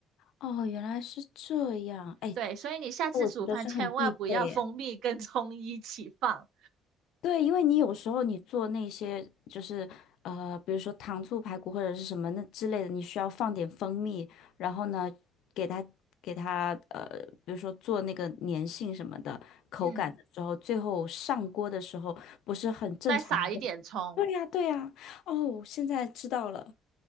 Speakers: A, on the left; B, on the right.
A: 哦，原来是这样。哎，
B: 对，所以你下次煮饭千万不要蜂蜜跟葱一起放，
A: 我觉得是很必备耶。对，因为你有时候你做那些就是呃，比如说糖醋排骨或者是什么那之类的，你需要放点蜂蜜，然后呢，给它给它呃，比如说做那个粘性什么的口感的时候，
B: 嗯，
A: 最后上锅的时候不是很正常的会
B: 再撒一点葱。
A: <laughs> 对呀，对呀，哦，现在知道了。